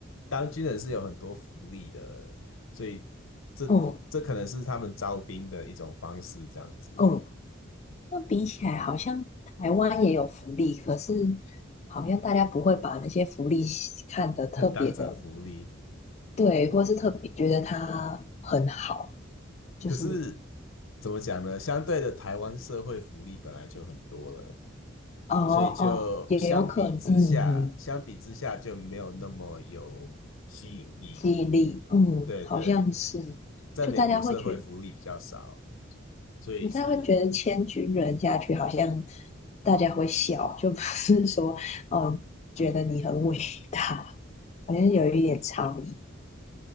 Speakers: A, on the left; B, on the left.
A: 当军人是有很多福利的，所以这这可能是他们招兵的一种方式，
B: 哦
A: 这样子
B: 哦，那比起来，好像台湾也有福利，可是好像大家不会把那些福利看得特别的，
A: <laughs> 当成福利。
B: 对，或是特别觉得它很好，就是，
A: 可是怎么讲呢？相对的，台湾社会福利本来就很多了，
B: 哦哦，
A: 所以就相比之下，
B: 也有可能，嗯，嗯，
A: 相比之下就没有那么有吸引力。
B: 记忆力，嗯，
A: 对对，
B: 好像是，
A: 在美国社会福利比较少，
B: 就大家会去。
A: 所以是
B: 你这样会觉得千军人下去，好像大家会笑，就不是说哦，觉得你很伟大，好像有一点差异。